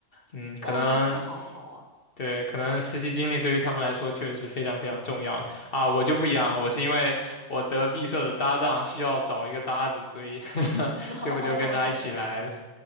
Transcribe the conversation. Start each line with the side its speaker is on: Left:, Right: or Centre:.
Left: 嗯，可能
Right: 哦，那真的好好啊，
Left: 对，可能实习经历对于他们来说确实是非常非常重要的啊！我就不一样了，我是因为我得毕设的搭档需要找一个搭子，所以 <laughs>
Right: <laughs> 哦，
Left: 所以我就跟他一起来了。
Right: 这样。